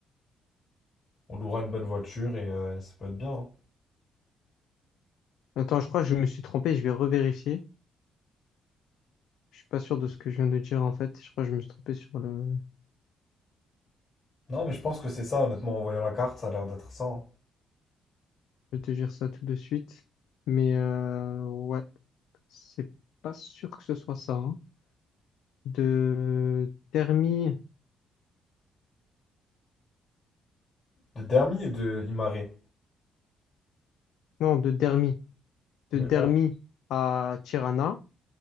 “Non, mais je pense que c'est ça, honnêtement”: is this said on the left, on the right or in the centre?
Left